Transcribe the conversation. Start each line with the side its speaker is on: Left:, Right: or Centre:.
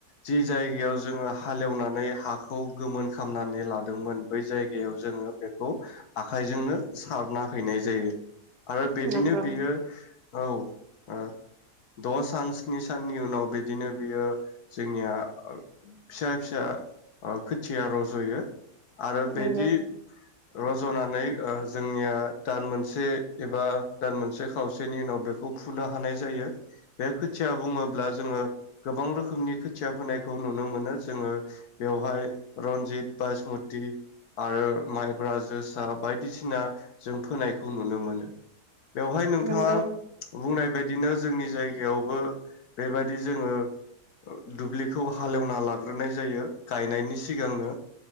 Left: जि जायगायाव जोङो हालेवनानै हा खौ गोमोन खालामनानै लादोंमोन बै जायगायाव जोङो बेखौ आखाइजोंनो सारना हैनाय जायो। आरो बिदिनो
Right: नंगौ
Left: बियो औ । ओ द' सान स्नि साननि उनाव बिदिनो बियो जोंनिया फिसा फिसा ओ खोथिया रज'यो। आरो बेदि
Right: नंगौ
Left: रज'नानै ओ जोंनिया दान मोनसे एबा दान मोनसे खावसेनि उनाव बेखौ फुनो हानाय जायो बे खोथिया बुङोब्ला जोङो गोबां रोखोमनि खोथिया फोनायखौ नुनो मोनो। जोङो बेवहाय रन्जित, बासमति आरो माइब्रा, जोसा बायदिसिना जों फोनायखौ नुनो मोनो। बेवहाय नोंथाङा
Right: नंगौ
Left: बुंनाय बादिनो जोंनि जायगायावबो बेबायदि जोङो ओ दुब्लिखौ हालेवना लाग्रोनाय जायो गायनायनि सिगांनो